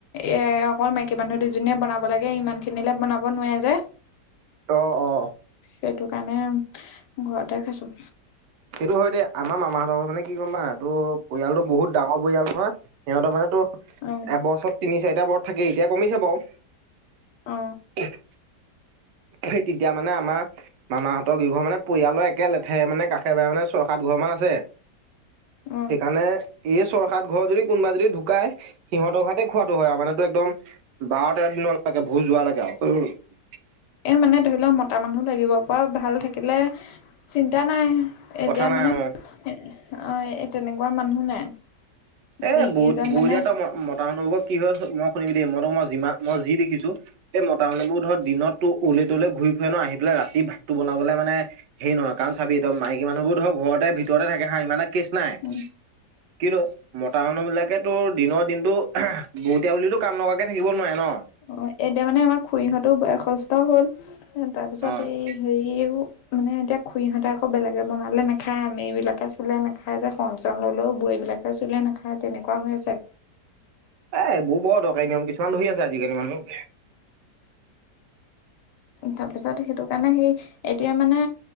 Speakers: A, on the left; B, on the right.
A: এ অকল মাইকী মানুহ দুজনীয়ে বনাব লাগে ইমানখিনিলে বনাব নোৱাৰে যে
B: অ অ
A: সেইটো কাৰণে ঘৰতে খাইছোঁ
B: সেইটো হয় দে আমাৰ মামাহঁতৰ ঘৰত মানে কি গম পায় নাই তো পৰিয়ালটো বহুত ডাঙৰ পৰিয়াল নহয় সিহঁতৰ মানে তো
A: অ
B: এবছৰ তিনি চাৰিটা বৰত থাকে এতিয়া কমিছে বাৰু
A: অ
B: <unintelligible> সেই তেতিয়া মানে আমাৰ মামাহঁতৰ কিঘৰ মানে পৰিয়ালৰ একে লেথেৰিয়ে মানে কাষ সেইবাৰে মানে ছয় সাত ঘৰ মান আছে
A: অ
B: সেইকাৰণে এই ছয় সাত ঘৰ যদি কোনোবা যদি ঢুকাই সিহঁতৰ ঘৰতে খোৱাটো হয় আও মানে একদম বাৰ তেৰ দিনৰ লৈকে ভোচ যোৱা লৈগে আৱ
A: এ মানে ধৰি লওক মতা মানুহ লাগিব পৰা ভাল থাকিলে চিন্তা নাই এতিয়া
B: কথা নাই
A: মানে
B: অ
A: অ তেনেকোৱা মানুহ নাই
B: এ
A: যিকেইজন
B: বহুত বৰিয়া
A: মানে
B: তো মতা মানুহবোৰ কি হয় মই শুনিবি দেই মই তো মই যিমান মই যি দেখিছো এই মতা মানুহবোৰ ধৰ দিনতো উলে তলে ঘূৰি ফুৰে ন আহি পেলাই ৰাতি ভাতটো বনাবলে মানে সেই নহয় কাৰণ চাবি মাইকী মানুহবোৰ ধৰক ঘৰতে ভিতৰতে থাকে হা ইমান এটা কেছ নাই
A: উ
B: কিন্তু মতা মানুহবিলাকে তোৰ দিনৰ দিনটো বুতীয়া বুলিতো কাম নকৰাকে থাকিব নোৱাৰে ন
A: অ এতিয়া মানে আমাৰ খৰিহঁতো বয়সস্থ হল তাৰপিছত
B: এ
A: এই হেৰিও মানে এতিয়া খুৰীহঁতে আকৌ বেলেগ বনালে নাখায়, আমিবিলাকে চোলে নাখায় যে হৰন-চৰন ল'লেও বোৱাৰীবিলাক লোকে চুলে নাখায় তেনেকুৱা হৈ আছে।
B: এ এইবোৰ বৰ দৰকাৰী নিয়ম কিছুমান ধৰি আছে আজিকালি মানুহ
A: তাৰপিছত সেইটো কাৰণে সেই <unintelligible> এতিয়া মানে